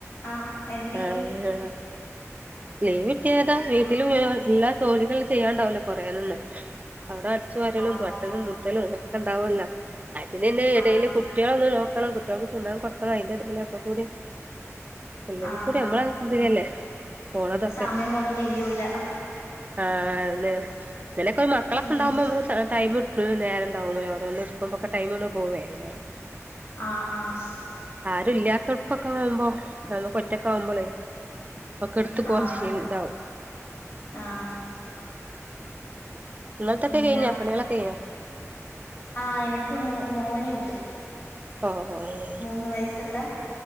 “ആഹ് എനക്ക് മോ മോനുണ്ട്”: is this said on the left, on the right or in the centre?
Left